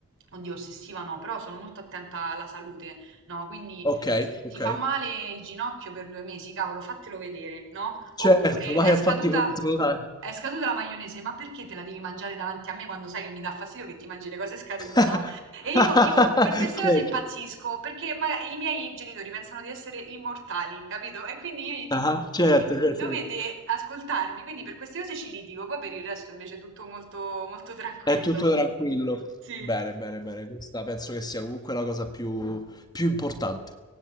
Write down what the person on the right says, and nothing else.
oddio, ossessiva no, però sono molto attenta alla salute, no, quindi...
Ti,
ti fa male il ginocchio per due mesi, cavolo, fatelo vedere, no?
Oppure
è scaduta,
è scaduta la maionese, ma perché te la devi mangiare davanti a me quando sai che mi dà fastidio che ti mangi le cose scadute,
no? E io, io per queste cose
impazzisco, perché ma- i miei genitori pensano di essere immortali, capito? E quindi io gli dico,
dovete
ascoltarmi, quindi per queste cose ci litigo, poi per il resto invece è tutto molto, molto tranquillo.
Sì.